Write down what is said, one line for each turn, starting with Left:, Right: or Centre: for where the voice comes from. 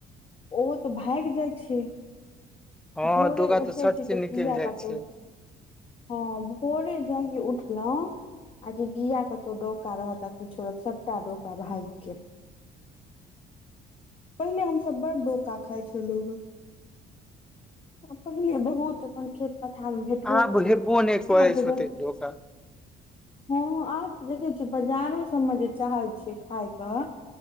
Left: ओ तऽ भागि जाइ छै <inaudible>
Centre: हँ
Left: भोरे
Centre: डोका
Left: उठे
Centre: सट
Left: छी
Centre: से निकलि
Left: तऽ किया
Centre: जाइ
Left: कतहु
Centre: छै
Left: हँ भोरे जाय कि उठलो आ कि किया कतौ डोका रहत आ कि छोड़त सभटा डोका भागि गेल पहिले हम सभ बड़ डोका खाय छलहु <inaudible> पहिने बहुत अपन खेत पथार मऽ भेटबो
Centre: आब
Left: करी
Centre: हेबो नहि करै
Left: आब तऽ
Centre: छै
Left: देख
Centre: ओते डोका
Left: हँ आब देखै छिय बाजारो सबमे जे चाहै छियै खाायकऽ